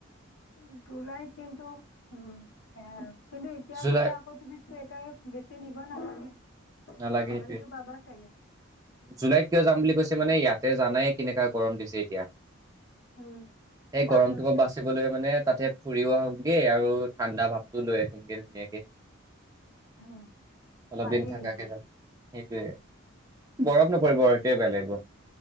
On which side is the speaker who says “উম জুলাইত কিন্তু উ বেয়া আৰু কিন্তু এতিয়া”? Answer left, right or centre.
Left